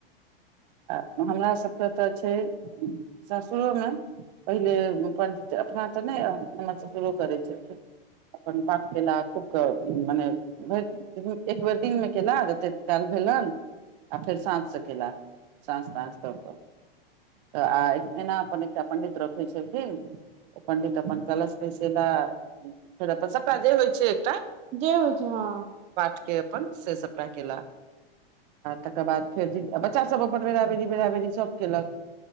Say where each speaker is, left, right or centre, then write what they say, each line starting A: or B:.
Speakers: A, on the right; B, on the right.
A: आ हमरासभके तऽ छै। ससुरोमे पहिले अपन तऽ नहि, हमर ससुरो करै छलखिन। अपन पाठक कला खूब मोन पड़ै। री, एक बेर दिनमे केल, जते काल भेल ने, आ फेर साँझसँ केल। साँस-ताँस कऽ कऽ तऽ, आ एना अपन एकटा पण्डित रखैत छै फेर। ओ पण्डित अपन कलश बैसौलथि, फेर अपन सभटा जे होइ छै, एकटा।
B: जे होइ छै, हँ।
A: पाठके अपनसँ सभटा केल आ तकर बाद फेर बच्चासभ अपन। अपन बेरा-बेरी बराबरी सभ केलक।